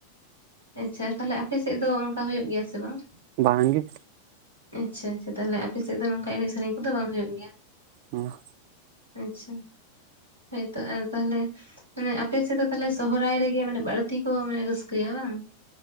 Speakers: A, on the left; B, on the right.
A: ᱾ ᱟᱪᱪᱷᱟ ᱛᱟᱦᱚᱞᱮ ᱟᱯᱮ ᱥᱮᱫ ᱫᱚ ᱚᱱᱠᱟ ᱦᱳᱭᱳᱜ ᱜᱮᱭᱟ ᱥᱮ ᱵᱟᱝ?
B: ᱵᱟᱝ ᱜᱮ
A: ᱟᱪᱪᱷᱟ ᱟᱪᱪᱷᱟ ᱛᱟᱦᱞᱮ ᱟᱯᱮ ᱥᱮᱫ ᱫᱚ ᱱᱚᱝᱠᱟ ᱮᱱᱮᱡ ᱥᱮᱨᱮᱧ ᱠᱚ ᱫᱚ ᱵᱟᱝ ᱦᱳᱭᱳᱜ ᱜᱮᱭᱟ ᱾
B: ᱦᱮᱸ
A: ᱟᱪᱪᱷᱟ ᱦᱳᱭᱛᱚ ᱟᱨ ᱛᱟᱦᱞᱮ ᱢᱟᱱᱮ ᱟᱯᱮ ᱥᱮᱫ ᱫᱚ ᱛᱟᱦᱚᱞᱮ ᱥᱚᱦᱚᱨᱟᱭ ᱨᱮᱜᱮ ᱢᱟᱱᱮ ᱵᱟᱹᱲᱛᱤ ᱠᱚ ᱢᱟᱱᱮ ᱨᱟᱹᱥᱠᱟᱹᱭᱟ ᱵᱟᱝ?